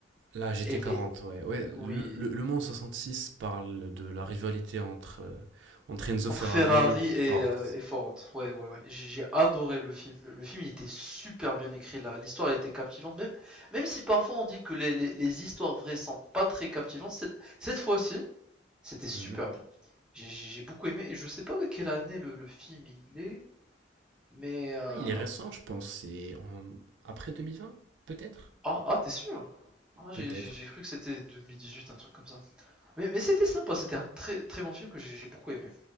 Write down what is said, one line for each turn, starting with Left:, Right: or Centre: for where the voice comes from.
Right: La G
Centre: Elle
Right: T quarante,
Centre: est,
Right: ouais. Ouais, le,
Centre: oui,
Right: le, le Mans six parle de la rivalité entre, euh, entre Enzo
Centre: Entre
Right: Ferrari
Centre: Ferrari
Right: et
Centre: et,
Right: Ford.
Centre: euh, et Ford. Ouais, ouais, ouais. J'ai adoré le film. Le, le film, il était super bien écrit là. L'histoire, elle était captivante. Même, même si parfois on dit que les, les- les histoires vraies sont pas très captivantes, cette, cette fois-ci, c'était super
Right: Mhm.
Centre: bien. J'ai j'ai- beaucoup aimé. Et je sais pas de quelle année le, le film il est, mais. euh,
Right: Ah, il est récent, je pense. C'est en- après 2020, peut-être?
Centre: Ah, ah t'es sûr? Ah,
Right: Peut-être.
Centre: j'ai j'ai- cru que c'était 2018, un truc comme ça. Mais, mais c'était sympa, c'était un très, très bon film que j'ai j'ai beaucoup aimé.